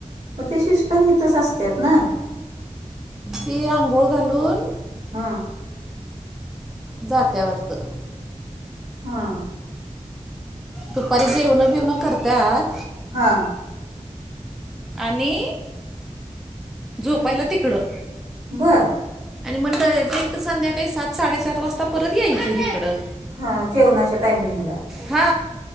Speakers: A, on the right (about 60°); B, in the centre.
A: मग ते सिस्टर इथच असतात ना?
B: ती आंघोळ घालून.
A: हा.
B: जात्या वाटत.
A: हा.
B: दुपारी जेवण बिवणं करतात.
A: हां.
B: आणि झोपायला तिकडं
A: बरं
B: आणि मग डायरेक्ट संध्याकाळी सात- साडेसात वाजता परत यायचं हिकडं.
A: हा जेवणाच्या टायमिंगला
B: हा